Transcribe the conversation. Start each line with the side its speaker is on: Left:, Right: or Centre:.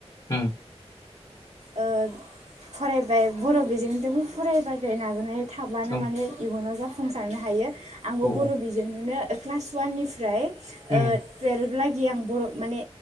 Left: उम
Right: ओ फरायबाय बर' बिजोंदोंबो फराबादो नाजानाय थाब्लानो
Left: औ
Right: माने इयुनाव जाफुं सारनो हायो। आंबो
Left: औ
Right: बर' बिजोंनोनो क्लास वान निफ्राय
Left: उम
Right: ओ तुवेलभ लाग गि आं बर' माने